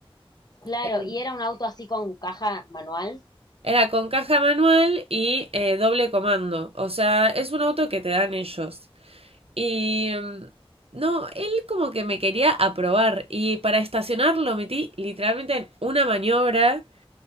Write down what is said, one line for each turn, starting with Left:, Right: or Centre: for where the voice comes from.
Left: Claro,
Right: Eh,
Left: y era un auto así con caja manual.
Right: Era con caja manual y eh, doble comando, o sea, es un auto que te dan ellos. Y mm, no, él como que me quería aprobar y para estacionar lo metí literalmente en una maniobra,